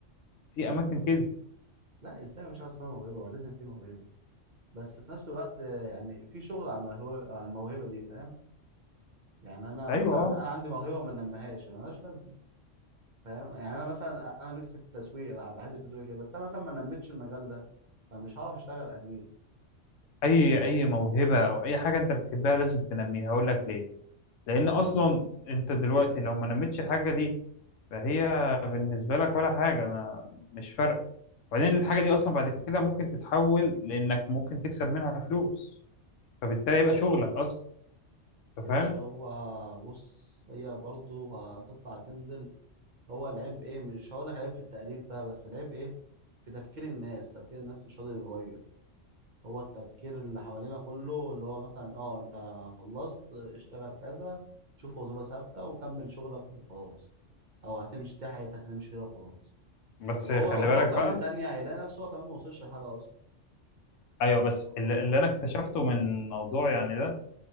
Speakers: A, on the left; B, on the right.
A: في اماكن كده
B: لا الانسان مش عايز اسمها موهبه هو لازم في موهبه بس في نفس الوقت آه، يعني في شغل على الموهبه على الموهبه دي فاهم يعني انا مثلا
A: ايوه اه
B: انا عندي موهبه وما نميهاش ملهاش لازمه فاهم يعني انا مثلا انا نفسي في التسويق بحب التسويق كده بس انا مثلا ما نميتش المجال ده فمش هعرف اشتغل اكيد
A: اي اي موهبه او اي حاجه انت بتحبها لازم تنميها هقول لك ليه لان اصلا انت دلوقتي لو ما نميتش الحاجه دي فهي بالنسبه لك ولا حاجه ما مش فارقه وبعدين الحاجه دي اصلا بعد كده ممكن تتحول لانك ممكن تكسب منها فلوس فبالتالي يبقى شغلك اصلا انت
B: يا
A: فاهم
B: باشا هو بص هي برضو هتطلع تنزل هو العيب ايه مش هقول لك عيب في التقليد بقى بس العيب ايه في تفكير الناس تفكير الناس مش قادر يتغير هو التفكير اللي حوالينا كله اللي هو مثلا اه انت خلصت اشتغل كذا شوف وظيفة ثابتة وكمل شغلك وخلاص او هتمشي دي حياتك هتمشي كده وخلاص
A: بس
B: طب هو
A: خلي
B: لو فكر
A: بالك بقى
B: لثانية هيلاقي نفسه هو كمان ما وصلش لحاجة اصلا
A: ايوه بس
B: لو انا
A: اللي
B: بفكر
A: اللي انا اكتشفته من الموضوع يعني ده